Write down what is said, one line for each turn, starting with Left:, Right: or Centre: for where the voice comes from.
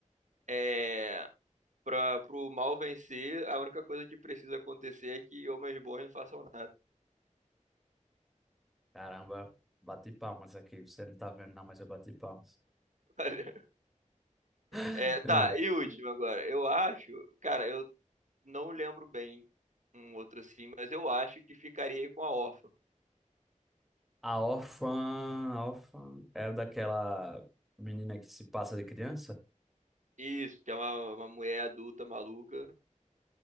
Right: É... Pra, pro mal vencer, a única coisa que precisa acontecer é que homens bons não façam nada.
Centre: Caramba, bati palmas aqui. Você não tá vendo, não, mas eu bati palmas.
Right: <laughs>
Centre: <laughs>
Right: É, tá,
Centre: Não.
Right: e último agora. Eu acho... Cara, eu não lembro bem um outro assim, mas eu acho que ficaria aí com a órfã.
Centre: A órfã, a órfã era daquela menina que se passa de criança?
Right: Isso, que é uma, uma mulher adulta maluca.